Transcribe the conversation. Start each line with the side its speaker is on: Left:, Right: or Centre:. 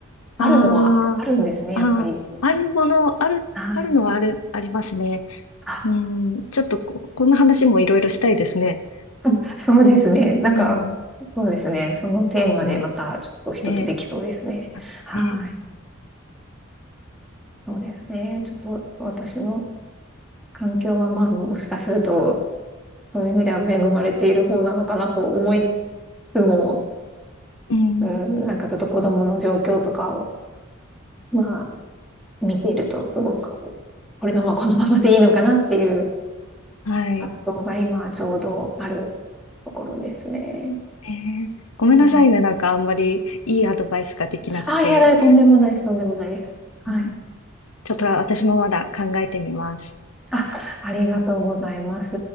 Centre: あるのは、
Left: あ
Centre: あるんですね、
Left: ーあー、
Centre: やっぱり。
Left: あるもの、ある、
Centre: はい。
Left: あるのはある、ありますね。
Centre: あ、
Left: うん、ちょっとこ、この話もいろいろしたいですね。
Centre: <laughs> うんそうですね。なんか、
Left: うん、
Centre: そうですね。そのテーマでまたちょっと一つできそうですね。
Left: うん、ね、あね、
Centre: はい。そうですね。ちょっと私の環境は、まあ、もしかすると、そういう意味では恵まれている方なのかなと思いつつも、
Left: うん、
Centre: うん、なんかちょっと子供の状況とかを、まあ、見ていると、すごく、これのまま、このままでいいのかなっていう
Left: はい。
Centre: 葛藤が今、ちょうどあるところですね。
Left: ねごめんなさいね、
Centre: うん
Left: なんかあんまりいいアドバイスができなくて。
Centre: あ、いやだ、とんでもないです。とんでもないです。はい。
Left: うん、ちょっと私もまだ考えてみます。
Centre: あ、ありがとうございます。